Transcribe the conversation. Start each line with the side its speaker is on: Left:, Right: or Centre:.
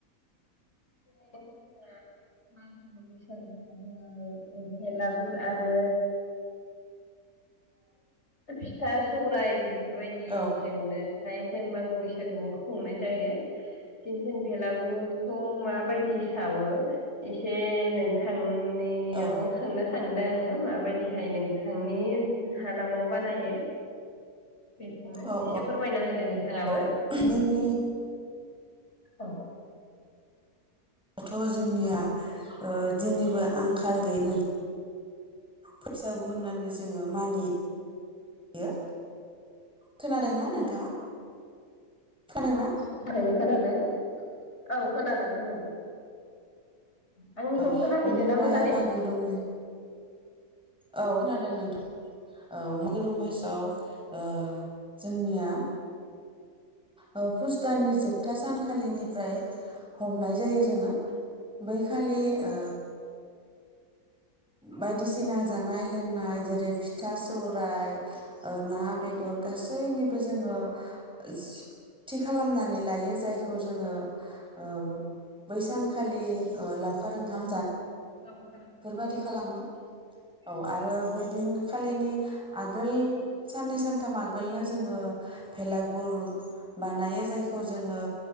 Left: <unintelligible> मागो बैसागुखौ जोङो भेलागुर आरो फिथा सौराय बि बेफोरबायदिजेंनो
Centre: औ
Left: हाय जों मागो बैसागु खुंनाय जायो बि जों भलागुरखौ माबायदि सावो एसे नोंथां नियाव
Centre: औ
Left: सोंनो। थांदों आङो माबायदिहाय नोंथांनि हालामाव बानायो? बेखौनो
Centre: औ
Left: एसे
Centre: औ
Left: फोरमायना होदो नोंथाङाबो।
Centre: औ जोंनियाथ'
Left: औ।
Centre: दाथ' जोंनिया ओ दिननिबो आंखां खाल गैयोमोन। फैसागु होननानै जोङो मानियो। बियो खोनादोंना नोंथाङा? खोनादोंना?
Left: औ थारैनो खोनादो। औ खोना खोनादों। आंनिखौबो
Centre: औ
Left: खोनाहैदों
Centre: बेनिफ्राय
Left: ना मोजाङै?
Centre: मागो दङ औ खोनादों नोंथा। औ मागो दमासि औ ओ जोंनिया ओ पुस दाननि जोबथा सानखालिनिफ्राय हमनाय जायो जोङो बैखालि ओ बायदिसिना जानाय लोंनाय जेरै फिथा सौराय ओ ना बेे दर गासैनिबो जोङो जि थि खालामनानै लायो जायखौ जोङो
Left: <inaudible>
Centre: ओ बै सानखालि ओ लावखार ओंखाम
Left: लावखार।
Centre: बादि खालामो। औ आरो बैदिनखालिनि आग गोल साननै सानथाम आगोलनो जोङो भेलागुर बानायो जायखौ जोङो